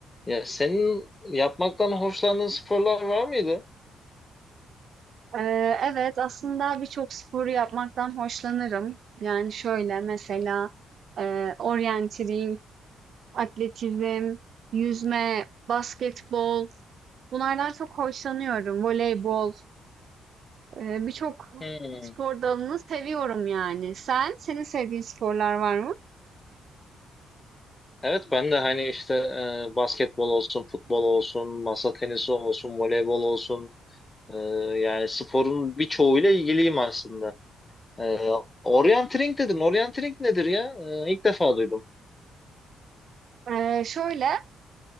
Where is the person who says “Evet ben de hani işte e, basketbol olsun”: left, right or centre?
Left